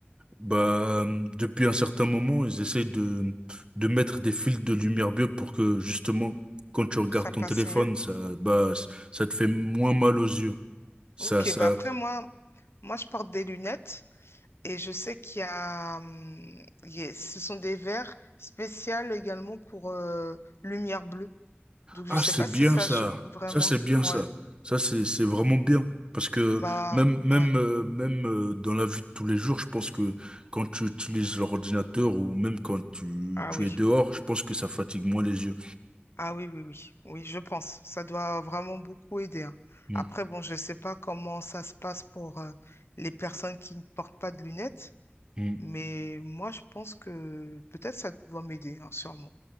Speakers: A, on the right (about 25°); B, on the left (about 85°).
A: bah, depuis un certain moment, ils essayent de, de mettre des filtres de lumière bleue pour que, justement, quand tu regardes
B: ça
A: ton
B: passe
A: téléphone,
B: mieux.
A: ça, bah, ça te fait moins mal aux yeux. Ça,
B: Ok,
A: ça,
B: bah après, moi, moi, je porte des lunettes et je sais qu'il y a, hum, il y a- ce sont des verres spéciaux également pour euh, lumière bleue. Donc, je
A: Ah,
B: sais
A: c'est
B: pas si
A: bien
B: ça
A: ça.
B: joue vraiment.
A: Ça, c'est bien
B: Ouais,
A: ça. Ça, c'est, c'est vraiment bien. Parce que
B: bah,
A: même, même,
B: ouais.
A: euh, même euh, dans la vie de tous les jours, je pense que quand tu utilises l'ordinateur ou même quand tu,
B: Ah
A: tu
B: oui.
A: es dehors, je pense que ça fatigue moins les yeux.
B: Ah oui, oui, oui, oui, je pense. Ça doit vraiment beaucoup aider. hein.
A: Mm,
B: Après, bon, je ne sais pas comment ça se passe pour euh, les personnes qui ne portent pas de lunettes,
A: mm.
B: mais moi, je pense que peut-être ça doit m'aider, hein, sûrement.